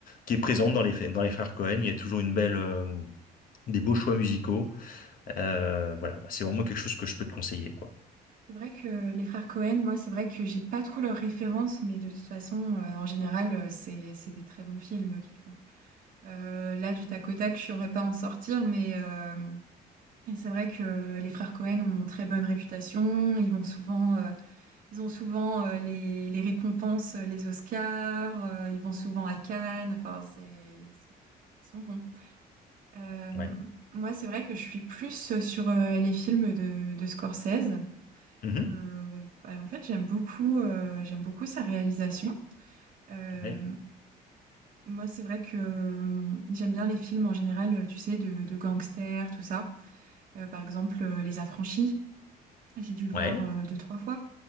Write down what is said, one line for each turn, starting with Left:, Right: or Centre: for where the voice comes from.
Left: qui est présente dans les dans les frères Cohen. Il y a toujours une belle euh, des beaux choix musicaux. Euh, voilà, c'est vraiment quelque chose que je peux te conseiller quoi.
Right: C'est vrai que les frères Cohen, moi, c'est vrai que j'ai pas trop leurs références, mais de toute façon, euh, en général, euh, c'est c'est des très bons films qu'ils font. Euh, là, du tac au tac, je saurais pas en sortir, mais euh, et c'est vrai que les frères Cohen ont une très bonne réputation. Ils vont souvent euh, Ils ont souvent euh, les, les récompenses, euh, les Oscars, euh, ils vont souvent à Cannes, enfin, c'est, ils sont, ils sont bons. Euh,
Left: Ouais.
Right: moi, c'est vrai que je suis plus sur euh, les films de, de Scorsese,
Left: Mhm.
Right: que bah, en fait, j'aime beaucoup, euh, j'aime beaucoup sa réalisation. Euh,
Left: Ouais.
Right: moi, c'est vrai que euh, j'aime bien les films en général, euh, tu sais, de, de gangsters, tout ça. Euh, par exemple, euh, Les Affranchis, j'ai dû le
Left: Ouais.
Right: voir euh, deux, trois fois.